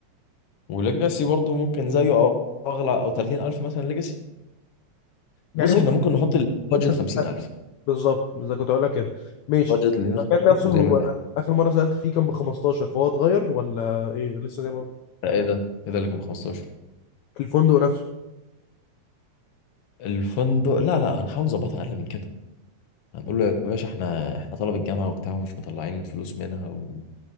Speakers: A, on the left (about 60°); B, on the left (about 70°).
A: وليجاسي برضو ممكن زيه او اغلى او 30000 مثلا ليجاسي
B: يعني
A: بص
B: ممكن
A: احنا ممكن نحط البادجت
B: 50,000
A: 50000
B: بالظبط اذا كنت هقول لك كده ماشي
A: بادجت اللي 50000
B: المكان نفسه
A: وزي
B: هو
A: ما انت-
B: اخر مره سالت فيه كان ب 15 فهو اتغير ولا ايه لسه زي ما هو
A: لا، ايه ده ايه ده اللي كان ب 15
B: الفندق نفسه
A: الفندق لا لا هنحاول نظبطها اقل من كده هنقول له يا باشا احنا احنا طلب الجامعه وبتاع ومش مطلعين فلوس منها و...